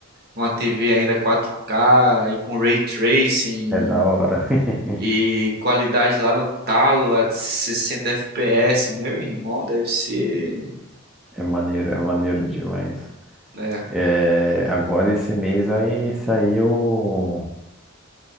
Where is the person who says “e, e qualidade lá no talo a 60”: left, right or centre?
Right